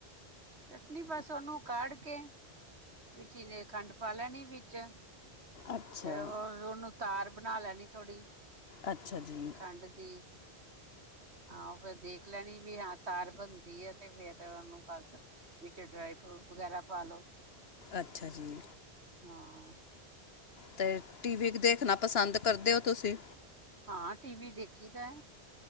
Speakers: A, on the right (about 85°); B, on the left (about 70°).
A: ਚਟਨੀ ਬਸ ਓਨੂੰ ਕੜ ਕੇ ਵਿੱਚ ਇਜੇ ਈ ਖੰਡ ਪਾ ਲੈਣੀ ਵਿੱਚ, ਤੇ
B: ਅੱਛਾ
A: ਓਨੂੰ ਤਾਰ ਬਣਾ ਲੈਣੀ ਥੋੜ੍ਹੀ
B: ਅੱਛਾ ਜੀ।
A: ਖੰਡ ਦੀ, ਹਾਂ ਓਹ ਫੇਰ ਦੇਖ ਦੇਖ ਲੈਣੀ ਵੀ ਹਾਂ ਤਾਰ ਬਣਦੀ ਐ ਤੇ ਫੇਰ ਓਨੂੰ ਬਸ ਵਿੱਚ ਡਰਾਈ ਫਰੂਟ ਵਗੈਰਾ ਪਾ ਲੋ।
B: ਅੱਛਾ ਜੀ।
A: ਹਾਂ।
B: ਤੇ ਟੀਵੀ ਦੇਖਣਾ ਪਸੰਦ ਕਰਦੇ ਓ ਤੁਸੀਂ?
A: ਹਾਂ ਟੀ ਵੀ ਦੇਖੀ ਦੈ।